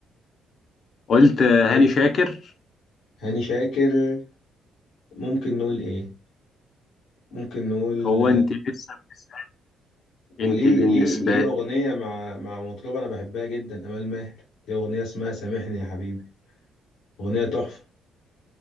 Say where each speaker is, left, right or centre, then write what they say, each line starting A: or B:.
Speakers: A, on the left; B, on the left.
A: قلت آه،
B: هاني
A: هاني شاكر
B: هاني شاكر ممكن نقول ايه ممكن نقول
A: هو انت لسه بتسأل
B: وليه
A: انت بالنسبة
B: ليه ليه
A: لي
B: أغنية مع مع مطربة أنا بحبها جدا أمال ماهر دي أغنية اسمها سامحني يا حبيبي أغنية تحفة